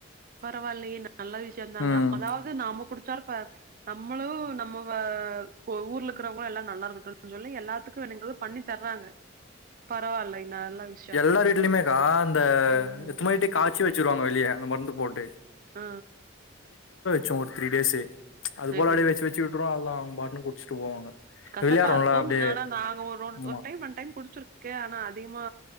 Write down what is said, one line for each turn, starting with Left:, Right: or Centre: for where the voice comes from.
Right: பரவால்லயே நல்ல விஷ்யந்தாங்க
Left: ம்
Right: அப்பனாவ்து நாம குடிச்சாலு ப நம்மளு நம்ம வ இப்போ ஊர்ல இருக்கிறவ்ங்களு எல்லா நல்லா இருக்கட்டுன் சொல்லி எல்லாத்துக்கு வேணுங்கிறது பண்ணி தர்றாங்க பரவாயில்லை நல்ல விஷயோ
Left: எல்லாரு வீட்லயுமேக்கா அந்த
Right: ம்
Left: இர்த்துமைட்டி காச்சி வச் சிருவாங்க வெளிய அந்த மருந்து போட்டு
Right: ஆ
Left: ச்சோ ஒரு த்ரீ டேஸ்ஸு அது
Right: செரி
Left: போல அப்டியே
Right: செரி
Left: வெச்சு வெச்சு விட்டுறுவோ நல்லா அவ்ங்க பாட்னு குட்ச்ட்டு போவாங்க
Right: கசப்பா
Left: விளையாடுறோம்ல
Right: இருக்கும்
Left: அப்டியே
Right: ஆனா நாங்க ஒர் ஒன்
Left: ஆமா
Right: ஒரு டைம் ஒன் டைம் குடிச்சிருக்கே ஆனா அதிகமா